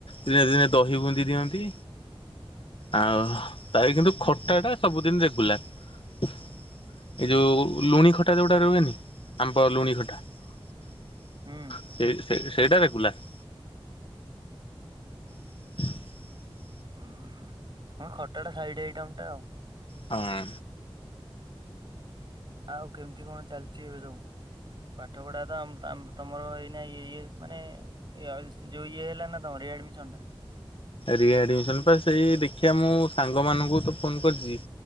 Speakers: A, on the left (about 65°); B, on the right (about 50°).
A: ଦିନେ ଦିନେ ଦହି ବୁନ୍ଦି ଦିଅନ୍ତି। ଆଉ ତ କିନ୍ତୁ ଖଟା ଟା ସବୁଦିନ ରେଗୁଲାର। ଏଇ ଯୋଉ
B: ହୁଁ।
A: ଲୁଣି ଖଟା ଯୋଉଟା ରୁହେନି ଆମ୍ପ ଲୁଣି ସେଇ
B: ହୁଁ।
A: ସେଇଟା ରେଗୁଲାର। <inaudible>
B: ଉଁ ହଁ ଖଟା ଟା ସାଇଡ ଆଇଟମ୍ ଟା ଆଉ।
A: ହଁ
B: ଆଉ କେମିତି କଣ ଚାଲିଛି ଏବେ ସବୁ? ପାଠ ପଢା ତ ତମର ଏଇନା ଇ ଇଏ ମାନେ ଯୋଉ ଇଏ ହେଲା ନା ତମର ରିଆଡମିସନ ଟା।
A: ରିଆଡମିସନ ପା ସେଇ ଦେଖିବା ମୁଁ ସାଙ୍ଗ ମାନଙ୍କୁ ତ ଫୋନ କରିଛି।